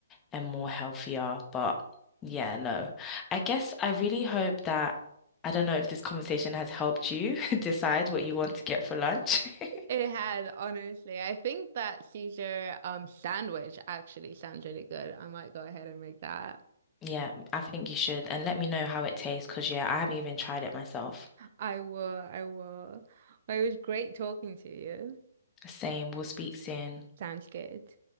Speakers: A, on the left; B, on the right.
A: and more healthier. But yeah, no. I guess I really hope that I don't know if this conversation has helped you <laughs> decide what you want to get for lunch. <laughs>
B: It had, honestly. I think that Caesar um sandwich actually sounds really good. I might go ahead and make that.
A: Yeah, I think you should. And let me know how it tastes because, yeah, I haven't even tried it myself.
B: I will, I will. Well, It was great talking to you.
A: Same. We'll speak soon.
B: Sounds good.